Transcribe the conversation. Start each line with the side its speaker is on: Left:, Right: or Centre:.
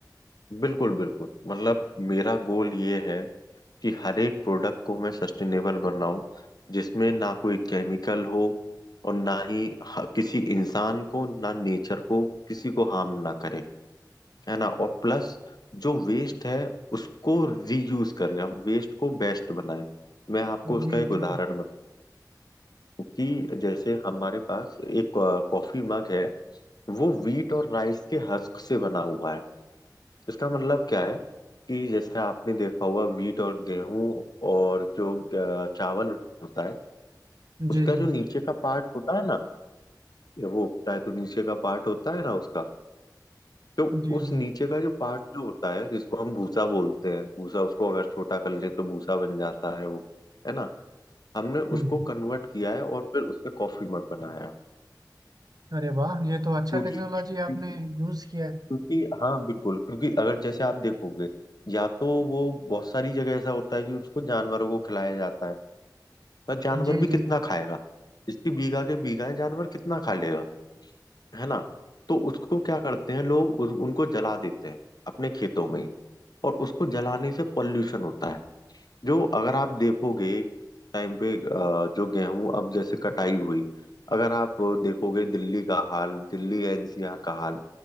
Left: बिल्कुल बिल्कुल मतलब मेरा गोल ये है कि हर एक प्रोडक्ट को मैं सस्टेनेबल बनाऊं जिसमें ना कोई केमिकल हो और ना ही ह- किसी इंसान को ना नेचर को किसी को हार्म ना करे है ना और प्लस जो वेस्ट है उसको रीयूज करें हम वेस्ट को बेस्ट बनाएं मैं आपको उसका
Right: जी
Left: एक उदाहरण
Right: जी
Left: बताऊं कि जैसे हमारे पास एक कॉफी मग है वो वीट और राइस के हस्क से बना हुआ है इसका मतलब क्या है कि जैसे आपने देखा होगा वीट और गेहूं और जो अ, चावल होता है
Right: जी
Left: उसका
Right: जी
Left: जो नीचे का पार्ट होता है ना जब वो उगता है तो नीचे का पार्ट होता है ना उसका तो
Right: जी
Left: उस
Right: जी
Left: नीचे का जो पार्ट जो होता है जिसको हम भूसा बोलते हैं भूसा उसको अगर छोटा कर लें तो भूसा बन जाता है वो है ना हमने
Right: हम्म।
Left: उसको कन्वर्ट किया है और फिर उससे कॉफी मग बनाया
Right: अरे वाह ये तो अच्छा
Left: जी
Right: टेक्नोलॉजी
Left: क्योंकि
Right: आपने यूज किया
Left: क्योंकि हाँ बिल्कुल क्योंकि अगर जैसे आप देखोगे या तो वो बहुत सारी जगह ऐसा होता है कि उसको जानवरों को खिलाया जाता है पर जानवर
Right: है
Left: भी
Right: जी
Left: कितना
Right: जी
Left: खाएगा इसकी बीघा के बीघा है जानवर कितना खा लेगा है ना तो उसको क्या करते हैं लोग उस, उनको जला देते हैं अपने खेतों में ही और उसको जलाने से पॉल्यूशन होता है जो अगर आप देखोगे टाइम पे अ, जो गेहूं अब जैसे कटाई हुई अगर आप देखोगे दिल्ली का हाल दिल्ली एनसीआर का हाल